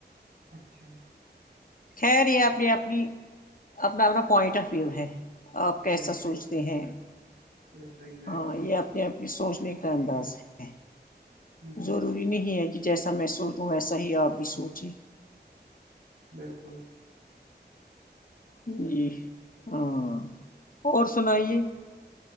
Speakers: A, on the right; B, on the left.
A: اچھا
B: خہیر یہ آنی اپنی اپنا اپنا پوائنٹ آف ویو ہے آپ کیسا
A: یس ایگزیکٹ
B: سوچتے ہیں
A: یس ایگزیکٹلی
B: ہاں یہ اپنے اپنی سوچنے کا انداز ہے
A: ہ
B: ضروری نہیں ہے کہ جیسا میں سوچوں ویسا ہی آپ بھی سوچے
A: بالکل
B: جی ہاں اور سنائیے